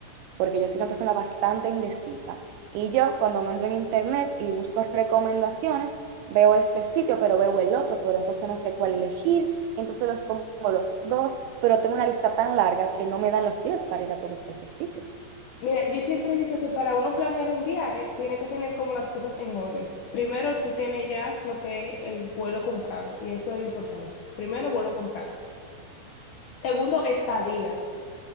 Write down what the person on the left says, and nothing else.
Mira, yo siempre he dicho que para uno planear un viaje tiene que tener como las cosas en orden. Primero, tú tienes ya lo que es el vuelo comprado y eso es importante. Primero, vuelo comprado. Segundo, estadía.